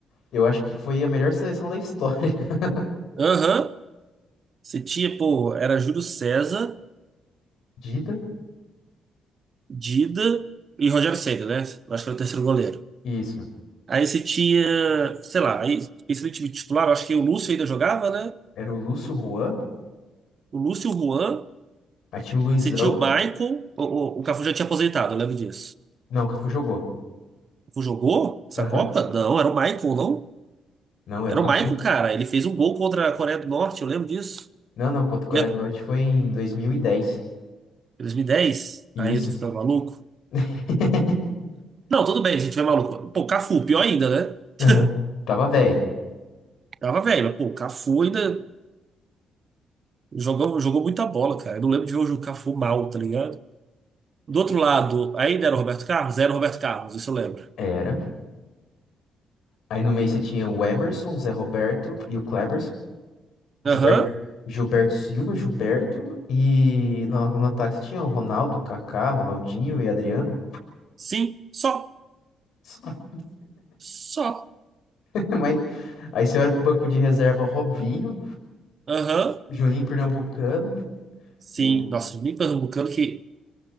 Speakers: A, on the left; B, on the right.
A: eu acho que foi a melhor seleção da história. <laughs>
B: Aham. Você tinha, pô, era Júlio César.
A: Dida,
B: Dida e Rogério Ceni, né? Eu acho que era o terceiro goleiro.
A: isso.
B: Aí você tinha, sei lá, aí pensando em time titular, eu acho que o Lúcio ainda jogava, né?
A: Era o Lúcio Juan,
B: O Lúcio e o Juan,
A: aí tinha o Luizão.
B: você tinha o Michael, o, o, o Cafu já tinha aposentado, eu lembro disso.
A: Não, o Cafu jogou.
B: O Cafu jogou essa
A: Aham.
B: Copa? Não, era o Michael, não?
A: Não, era
B: Era
A: o Cafu.
B: o Michael, cara. Ele fez um gol contra a Coreia do Norte, eu lembro disso.
A: Não, não, contra a Coreia
B: Ele é-
A: do Norte foi em 2010.
B: 2010?
A: Isso.
B: Aí eu tô ficando maluco.
A: <laughs>
B: Não, tudo bem, se a gente tiver maluco. Pô, Cafu, pior ainda, né?
A: Aham.
B: <laughs>
A: Tava velho.
B: Tava velho, mas pô, Cafu ainda. Jogou, jogou muita bola, cara. Eu não lembro de ver o Juca Fu mal, tá ligado? Do outro lado, ainda era o Roberto Carlos? Era o Roberto Carlos, isso eu lembro.
A: Era. Aí no meio você tinha o Emerson, o Zé Roberto e o Kleber. Gilberto,
B: Aham,
A: Gilberto Silva, Gilberto. E no, no ataque tinha o Ronaldo, Kaká, Ronaldinho e Adriano.
B: sim, só,
A: Só.
B: só.
A: <laughs> Mas, aí você olha pro banco de reserva, Robinho,
B: Aham,
A: Juninho Pernambucano.
B: sim.
A: Que, né,
B: Nossa, nem pernambucano que,